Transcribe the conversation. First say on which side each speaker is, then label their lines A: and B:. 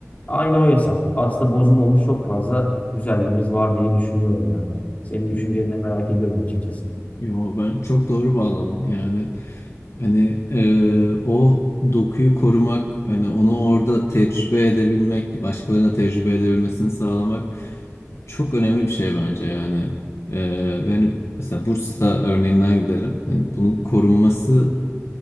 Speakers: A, on the left (about 30°); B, on the left (about 60°).
A: Aynı o hesap. Aslında bozulmamış çok fazla güzelliğimiz var diye düşünüyorum ya. Senin düşünceni
B: Hı hı.
A: de merak ediyorum açıkçası.
B: Yo ben çok doğru bağladın yani hani e, o dokuyu korumak hani onu orada tecrübe edebilmek başkalarına tecrübe edebilmesini sağlamak çok önemli bir şey bence yani E, yani mesela Bursa örneğinden gidelim hani bunun korunması